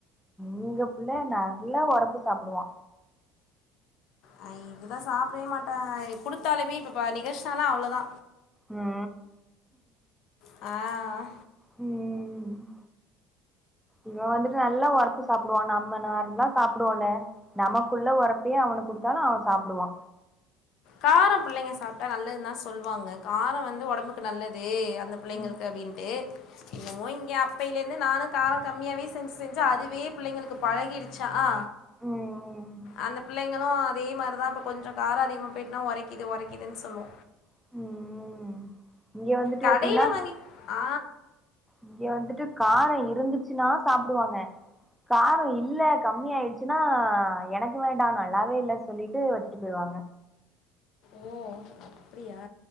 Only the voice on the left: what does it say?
அ இதுதா சாப்டவே மாட்டா குடுத்தாலுமே இப்ப பா நிகஷ்னாலா அவ்ளோதா
ஆ
காரம் புள்ளைங்க சாப்டா நல்லதுன் தா சொல்லுவாங்க காரொ வந்து ஒடம்புக்கு நல்லது அந்த புள்ளைங்களுக்கு
அப்டின்ட்டு என்னமோ இங்க அப்பையில இருந்து நானு காரொ கம்மியாவே செஞ்சு செஞ்சு அதுவே புள்ளைங்களுக்கு பழகிருச்சா ஆ
அந்த புள்ளைங்களு அதே மாரி தா இப்ப கொஞ்சோ காரொ அதிகமா போய்ட்டுனா ஒரைக்குது ஒரைக்குதுன் சொல்லூ
கடையில
வாங்கி ஆ
ஓ அப்டியா